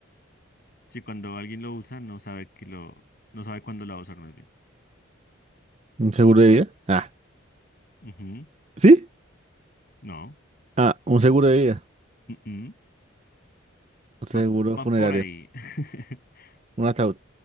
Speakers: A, on the left; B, on the right.
A: sí, cuando alguien lo usa no sabe que lo, no sabe cuándo lo va a usar más bien.
B: ¿Un seguro de vida? Ah,
A: Ujú,
B: ¿sí?
A: No.
B: Ah, un seguro de vida.
A: mm, mm.
B: Un seguro
A: Va, va
B: funerario.
A: por ahí. <laughs>
B: Un ataúd.